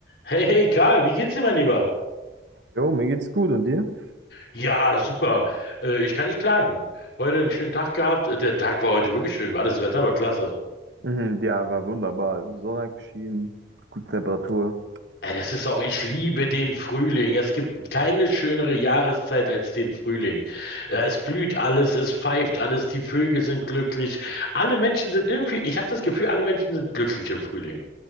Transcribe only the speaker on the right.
Jo, mir geht's gut und dir?
Mhm, ja, war wunderbar. Also Sonne hat geschienen, gute Temperatur.